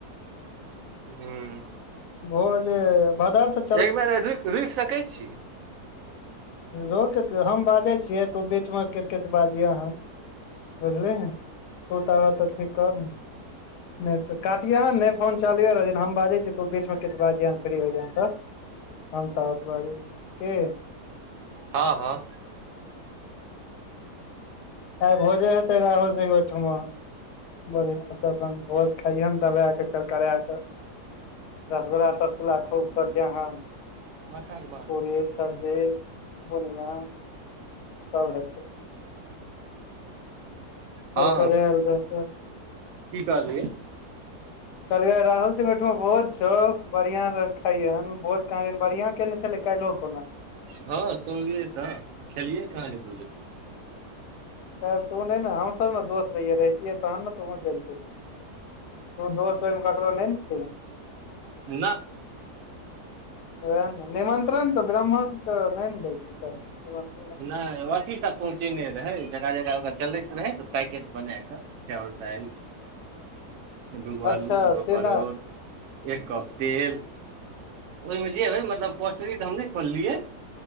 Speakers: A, on the right (about 70°); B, on the left (about 80°).
A: हुँ
B: ओ हे जे बदर सँ
A: एक बेर रुकि रुकि सकै छी
B: रोक हम बाजै छियै तऽ ओ बीचमे किछु किछु बाजियौ अहाँ बुझलीहिं तूताब तऽ ठीक कर ने नहि तऽ काटियह नहि फोन चालबे रहै हम बाजै छी तऽ बीच किछु बाजियां फ्री होइयाँह तऽ हम ताबत बाजै छियोउ की
A: हँ हँ
B: आइ भोजे हेतै राहुल सिंह ओहिठमा बढ़िआँ से भोज खाइहे दबा के कर करा के रसगुल्ला तसगुल्ला
A: दू
B: खूब तोड़ियह
A: घंटा कें बाद
B: पूरी सब्जी बुनियाँ सब हेतो करकराल
A: हँ
B: रहतौ
A: की कहलियै
B: कहलियौ राहुल ओहिठमा भोज छौ बढ़ियां से खैहन भोज कहाँ दिन बढ़िया सँ केने छले कालिहो खुना
A: हँ सुनलियै तऽ खेलियै काँके बुझल
B: कालिह तु ने न हम सब ने दोस्त रहियै रहतीय तहन ने तुहों चलतिहींन तु दोस्त ककरो नहि न छिहींन
A: न
B: ओएह ने निमंत्रण तऽ ब्राह्मण तऽ नहि ने दै छै साह
A: नहि कथी सब पहुँचेने रहै जगह जगह ओकरा चलैत रहै तऽ पैकेट बना कऽ चाउर दालि
B: <unintelligible>
A: दूगो आलू
B: अच्छा
A: दूगो
B: सीधा
A: परोड़ एक कप तेल ओहिमे जे हय मतलब पोटरी तऽ हम नहि खोललियै